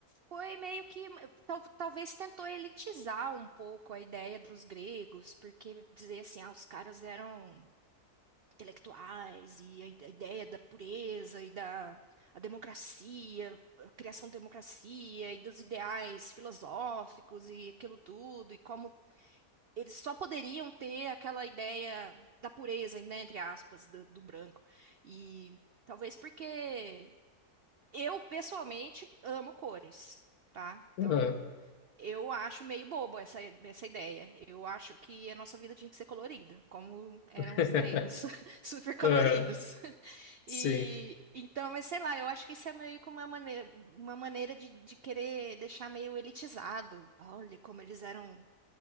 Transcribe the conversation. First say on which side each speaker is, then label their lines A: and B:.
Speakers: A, on the right; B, on the left.
A: foi meio que. tal- talvez tentou elitizar um pouco a ideia dos gregos, porque dizer assim, ah, os caras eram intelectuais, e a i- a ideia da pureza e da a democracia, a criação da democracia e dos ideais filosóficos e aquilo tudo, e como Eles só poderiam ter aquela ideia da pureza, né, entre aspas, do, do branco. E talvez porque eu, pessoalmente, amo cores, tá? Então,
B: Aham.
A: eu acho meio bobo essa, essa ideia. Eu acho que a nossa vida tinha que ser colorida, como eram
B: <laughs>
A: os gregos, <laughs> super coloridos.
B: Aham. Sim.
A: E então, mas sei lá, eu acho que isso é meio como uma maneira, uma maneira de, de querer deixar meio elitizado. Olha como eles eram